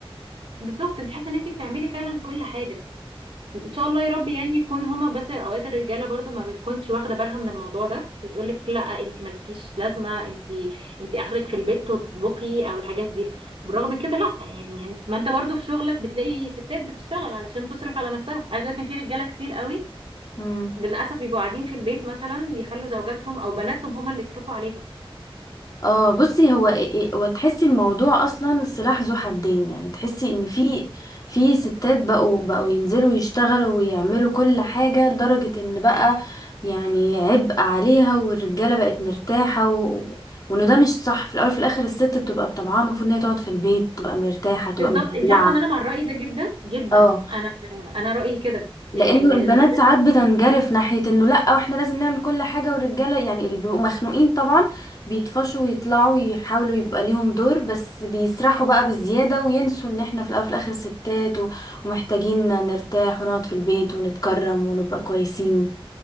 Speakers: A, on the right; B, on the left.
A: بالظبط أنت حاسة إن أنت بتعملي فعلا كل حاجة إن شاء الله يا رب يعني يكون هما بس أوقات الرجالة برضو ما بتكونش واخدة بالها من الموضوع ده بتقولك لأ أنت مالكيش لازمة أنت أنت آخرك في البيت تطبخي أو الحاجات دي بالرغم من كده لأ يعني انت- ما أنت برضو في شغلك بتلاقي ستات بتشتغل علشان تصرف على نفسها عايزة أقولك إن في رجالة كتير قوي
B: مم.
A: للاسف بيبقوا قاعدين في البيت مثلا بيخلوا زوجاتهم او بناتهم هما اللي يصرفوا عليهم
B: اه بصي هو إيه- إيه- وتحسي الموضوع اصلا سلاح ذو حدين يعني تحسي ان في في ستات بقوا بقوا ينزلوا يشتغلوا ويعملوا كل حاجة لدرجة ان بقى يعني عبء عليها والرجالة بقت مرتاحة و... وانه ده مش صح في الاول في الاخر الست بتبقى بطبعها المفروض ان هي تقعد في البيت تبقى مرتاحة تبقى
A: بالظبط
B: متدلعة
A: انت عارفه ان انا مع الراي ده جدا جدا
B: اه
A: انا انا رايي كده يعني
B: لانه
A: ان
B: البنات
A: ال...
B: ساعات بتنجرف ناحيه انه لا واحنا لازم نعمل كل حاجه والرجاله يعني اللي بيبقوا مخنوقين طبعا بيطفشوا ويطلعوا يحاولوا يبقى ليهم دور بس بيسرحوا بقى بالزياده وينسوا ان احنا في الاول وفي الاخر ستات و- ومحتاجين نرتاح ونقعد في البيت ونتكرم ونبقى كويسين